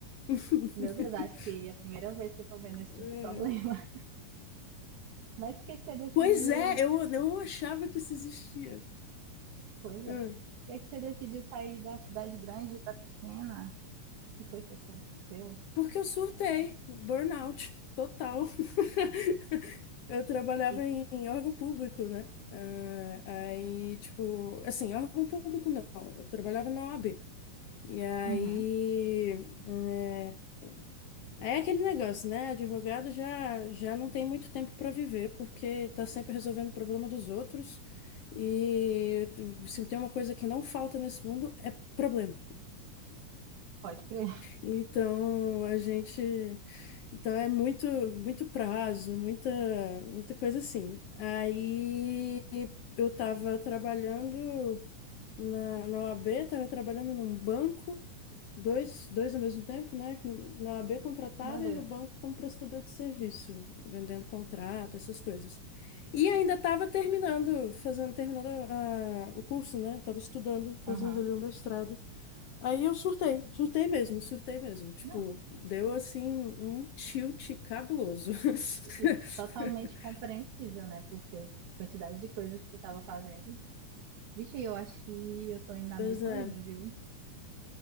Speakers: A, on the left (about 80°); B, on the right (about 70°).
A: <laughs>
B: Meu Deus, acho que é a primeira vez que eu tô vendo esse tipo
A: É.
B: de problema. <laughs> Mas o que é que você decidiu?
A: Pois é, eu eu não achava que isso existia.
B: Pois
A: É.
B: é. O que é que você decidiu sair da cidade grande e ir pra pequena? O que foi que aconteceu?
A: Porque eu surtei, burnout total. <laughs> Eu trabalhava
B: E
A: em, em órgão público, né? Ah, aí, tipo, assim, órgão público não, eu trabalhava na OAB. E aí,
B: Uhum.
A: é, aí é aquele negócio, né? Advogado já, já não tem muito tempo para viver, porque tá sempre resolvendo o problema dos outros. E se tem uma coisa que não falta nesse mundo, é problema.
B: pode crer. <laughs>
A: Então, a gente. Então, é muito, muito prazo, muita, muita coisa assim. Aí, eu estava trabalhando na, na OAB, estava trabalhando num banco, dois, dois ao mesmo tempo, né? com- Na OAB contratada
B: Meu Deus.
A: e no banco como prestador de serviço, vendendo contrato, essas coisas. E ainda estava terminando, fazendo, terminando a- o curso, né? Estava estudando, fazendo
B: Aham.
A: ali o mestrado. Aí eu surtei, surtei mesmo, surtei mesmo. Tipo,
B: Não.
A: deu assim um tilt cabuloso.
B: E, e
A: <laughs>
B: totalmente compreensível, né? Porque a quantidade de coisa que tu tava fazendo. Vixe, eu acho que eu tô indo na
A: Pois
B: mesma
A: é,
B: linha, viu?